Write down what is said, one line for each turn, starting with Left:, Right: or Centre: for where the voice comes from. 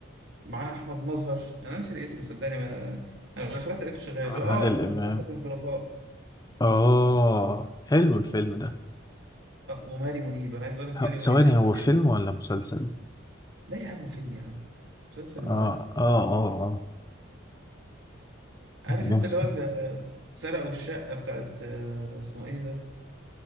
Right: معاه احمد مظهر انا ناسي الاسم صدقني ما... انا لما فتحت لقيته شغال
Left: عادل
Right: اه اسمه
Left: امام
Right: مسلسل الظرفاء
Left: اه حلو الفيلم ده
Right: آه، وماري منيب انا عايز اقول لك
Left: ه-
Right: ماري
Left: ثواني
Right: منيب دي خطيره
Left: هو فيلم ولا مسلسل
Right: لا يا عم فيلم يا عم مسلسل
Left: اه
Right: ازاي
Left: اه اه اه
Right: عارف
Left: يس
Right: انت اللي هو ال- سرقوا الشقه بتاعت آه، اسمه ايه ده